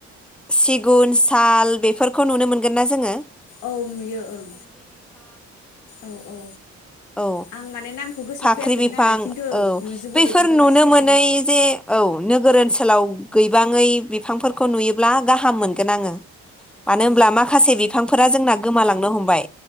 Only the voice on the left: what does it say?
औ नुयो ओं औ - औ
आं माने नामखौ गोसोआव
फैयाखैमोन
आरो खिन्थु ओं
नुजोबो
बेफोरखौ
गासैखौबो
औ